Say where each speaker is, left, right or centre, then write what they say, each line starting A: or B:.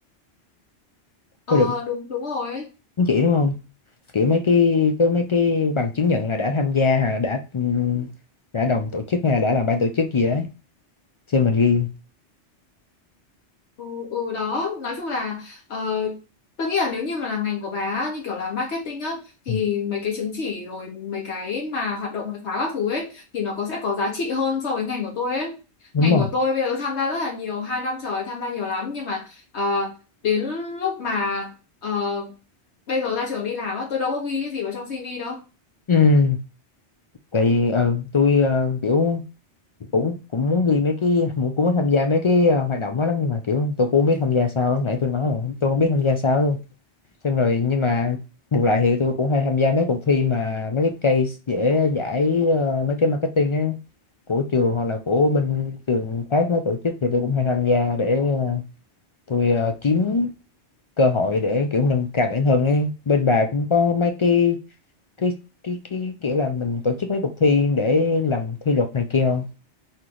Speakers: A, on the left (about 70°); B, on the left (about 50°).
A: ờ
B: Có được
A: đúng đúng rồi
B: chứng chỉ đúng không? Kiểu mấy cái có mấy cái bằng chứng nhận là đã tham gia hay là đã ừm, đã đồng tổ chức hay là đã làm ban tổ chức gì đấy. Xem mình ghi.
A: Ừ, ừ đó nói chung là ờ, tôi nghĩ là nếu như mà là ngành của bà á, như kiểu là marketing á thì
B: Ừ,
A: mấy cái chứng chỉ rồi mấy cái mà hoạt động ngoại khóa các thứ ấy thì nó có sẽ có giá trị hơn so với ngành của tôi ấy
B: Đúng
A: ngành
B: rồi.
A: của tôi bây giờ tôi tham gia rất là nhiều hai năm trời tham gia nhiều lắm nhưng mà ờ, đến lúc mà ờ, bây giờ ra trường đi làm á tôi đâu có ghi cái gì vào trong CV đâu
B: Ừ. Tại vì, ờ, tôi ờ, kiểu cũng cũng muốn ghi mấy cái cũng cũng muốn tham gia mấy cái ờ, hoạt động đó lắm nhưng mà kiểu tôi cũng không biết tham gia sao. Nãy tôi nói rồi, tôi không biết tham gia sao. xong rồi nhưng mà bù lại thì tôi cũng hay tham gia mấy cuộc thi mà mấy cái case dễ giải ờ, mấy cái marketing á của trường hoặc là của bên trường khác nó tổ chức thì tôi cũng hay tham gia để ờ, tôi ờ, kiếm cơ hội để kiểu nâng cao bản thân ấy bên bà cũng có mấy cái cái cái cái kiểu là mình tổ chức mấy cuộc thi để làm thi luật này kia không